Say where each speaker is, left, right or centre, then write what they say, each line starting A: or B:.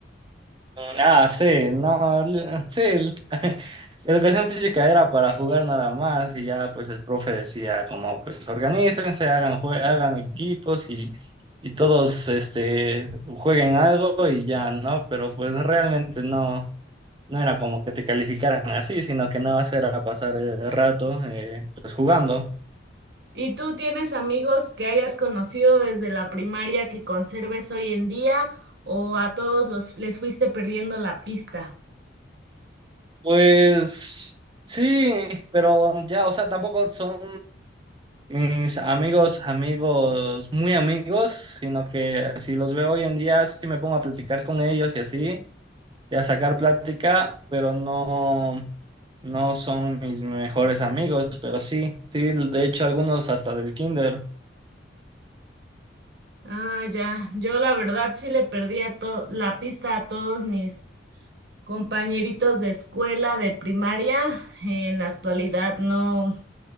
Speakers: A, on the right (about 25°); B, on the right (about 60°).
A: Ah, sí, no, le- sí, l- <laughs> educación física era para jugar nada más y ya pues el profe decía como pues organícense, hagan, jue- hagan equipos y, y todos este jueguen algo y ya, ¿no? Pero pues realmente no, no era como que te calificaran así, sino que nada más era pasar el rato eh, pues jugando.
B: ¿Y tú tienes amigos que hayas conocido desde la primaria que conserves hoy en día o a todos los les fuiste perdiendo la pista?
A: Pues sí, pero ya, o sea, tampoco son Mis amigos, amigos, muy amigos, sino que si los veo hoy en día, sí me pongo a platicar con ellos y así, y a sacar plática, pero no, no son mis mejores amigos, pero sí, sí, de hecho algunos hasta del kinder.
B: Ah, ya. Yo la verdad sí le perdí a to- la pista a todos mis compañeritos de escuela, de primaria. En la actualidad no.